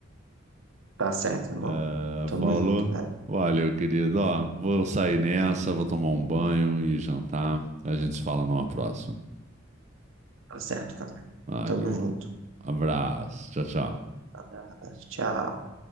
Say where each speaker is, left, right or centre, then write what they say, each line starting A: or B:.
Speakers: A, on the right; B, on the right.
A: Tá certo, irmão.
B: É,
A: Tamo
B: falou.
A: junto, cara.
B: Valeu, querido. Ó, vou sair nessa, vou tomar um banho e jantar. A gente se fala numa próxima.
A: Tá certo, cara.
B: Valeu.
A: Tamo junto.
B: Abraço. Tchau, tchau.
A: Abraço, tchau.